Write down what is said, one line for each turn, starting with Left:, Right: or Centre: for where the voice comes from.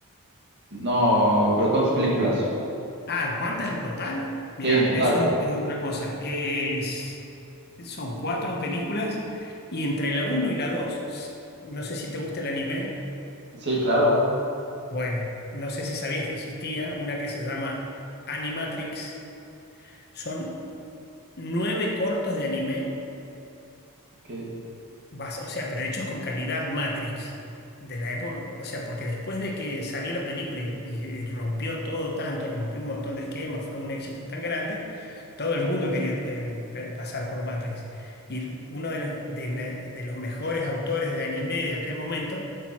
Right: No, pero ¿cuántas películas?
Left: Ah, ¿cuántas en total? Mirá,
Right: Sí, en total.
Left: eso es, es otra cosa. Es, son cuatro películas y entre la uno y la 2, no sé si te gusta el anime,
Right: Sí, claro.
Left: bueno, no sé si sabías que existía una que se llama Animatrix. Son nueve cortos de anime
Right: Ok.
Left: Vas, o sea, pero hechos con calidad Matrix de la época, o sea, porque después de que salió la película y, y- y rompió todo tanto, rompió un montón de esquemas, fue un éxito tan grande, todo el mundo quería eh, pe- pasar por Matrix. Y uno de los, de, na- de los mejores autores de anime de aquel momento